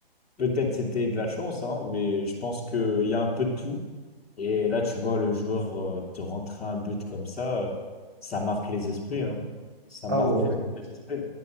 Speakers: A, in the centre; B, on the right.
A: peut-être c'était de la chance, hein, mais je pense qu'il y a un peu de tout. Et là, tu vois, le joueur euh, te rentrer un but comme ça, euh, ça marque les esprits, hein. Ça
B: Ah
A: marque
B: ouais, ouais.
A: les esprits.